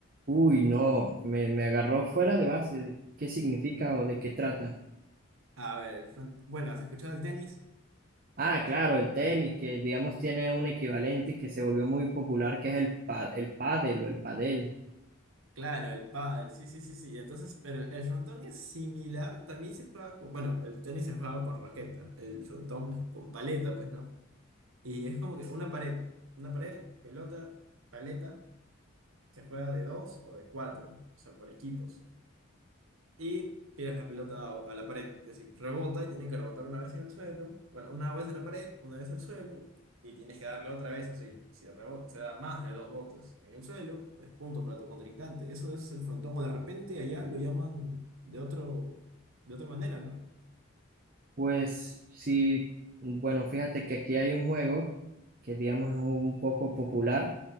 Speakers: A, on the right (about 45°); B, on the right (about 85°).
A: Uy, no, me, me agarró fuera de base. ¿Qué significa o de qué trata?
B: A ver, el front- bueno, ¿has escuchado el tenis?
A: Ah, claro, el tenis, que digamos tiene un equivalente que se volvió muy popular, que es el, pa- el pádel o el padel.
B: Claro, el pádel, sí, sí, sí, sí. Entonces, pero el frontón es similar, también se juega con, bueno, el tenis se juega con raqueta, el frontón es con paleta, pues, ¿no? Y es como que una pared, una pared, pelota, paleta, se juega de dos o de cuatro, o sea, por equipos y tiras la pelota a, a la pared. Es decir, rebota y tiene que rebotar una vez en el suelo. Bueno, una vez a la pared, una vez al suelo. Y tienes que darle otra vez así. Si rebota, se da más de dos botes en el suelo, es punto para tu contrincante. Eso es el frontón. O de repente allá lo llaman de otro, de otra manera, ¿no?
A: Pues sí, bueno, fíjate que aquí hay un juego que digamos es un poco popular